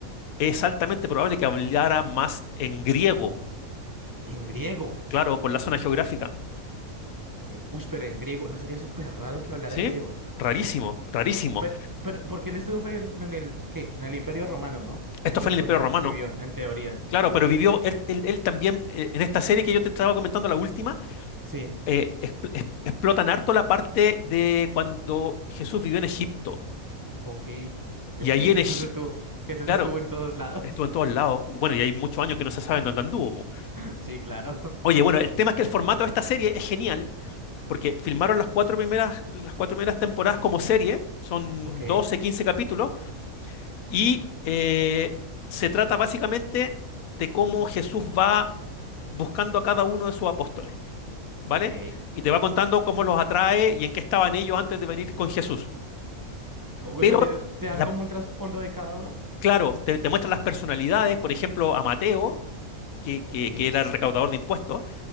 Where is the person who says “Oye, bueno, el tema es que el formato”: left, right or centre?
Left